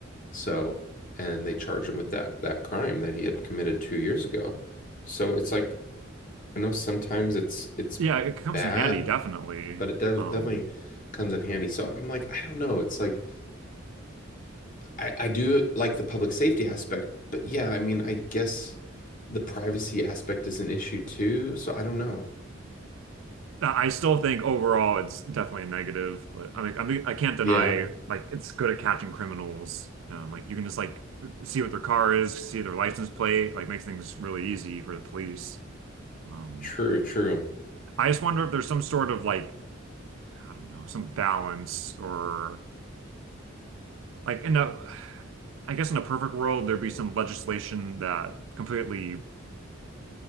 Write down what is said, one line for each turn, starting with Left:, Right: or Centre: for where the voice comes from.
Left: So, and they charged him with that that crime that he had committed two years ago. So it's like I know sometimes it's it's
Right: Yeah, it comes
Left: bad,
Right: in handy, definitely.
Left: but it does
Right: Um,
Left: definitely comes in handy. So I'm like, I don't know. It's like I, I do like the public safety aspect, but yeah, I mean, I guess the privacy aspect is an issue too. So I don't know.
Right: I I still think overall it's definitely a negative, but I mean, I mean, I can't deny
Left: Yeah,
Right: like it's good at catching criminals. Um, like you can just like see what their car is, see their license plate, like makes things really easy for the police. Um,
Left: true, true.
Right: I just wonder if there's some sort of like, I don't know, some balance or like in a I guess in a perfect world there'd be some legislation that completely